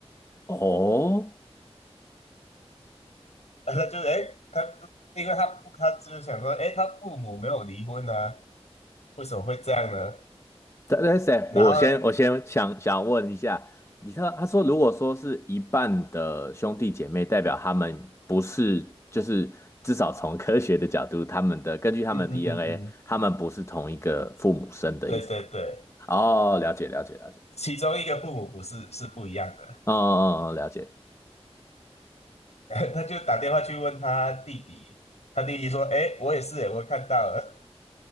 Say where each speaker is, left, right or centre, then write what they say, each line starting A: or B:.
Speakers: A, on the left (about 25°); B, on the left (about 90°).
A: 哦，
B: <laughs> 然后他就哎，他因为他他就是想说，哎，他父母没有离婚啊，为什么会这样呢？
A: 但但是，
B: 然后，
A: 我先我先想想问一下，你看他说，如果说是一半的兄弟姐妹，代表他们不是，就是至少从科学的角度，他们的根据他们的
B: 嗯嗯嗯嗯，
A: DNA，他们不是同一个父母生的意思吗？
B: 对对对，
A: 哦，了解了解了解，
B: 其中一个父母不是是不一样的。
A: 嗯嗯嗯，了解。
B: <laughs> 他就打电话去问他弟弟，他弟弟说：“哎，我也是，哎，我看到了。